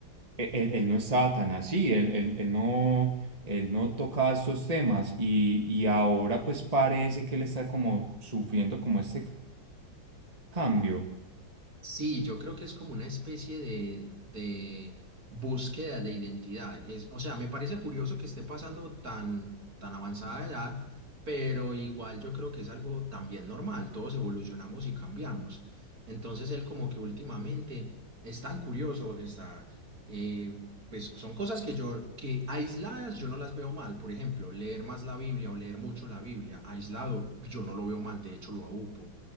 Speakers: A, on the right; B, on the right.
A: e- él, él no estaba tan así, él, él- él no, él no tocaba estos temas y, y ahora pues parece que él está como sufriendo como este cambio.
B: Sí, yo creo que es como una especie de, de búsqueda de identidad. Es, o sea, me parece curioso que esté pasando tan, tan avanzada edad, pero igual yo creo que es algo también normal. Todos evolucionamos y cambiamos. Entonces él como que últimamente es tan curioso, está, eh, pues son cosas que yo, que aisladas yo no las veo mal. Por ejemplo, leer más la Biblia o leer mucho la Biblia aislado, yo no lo veo mal, de hecho lo aúpo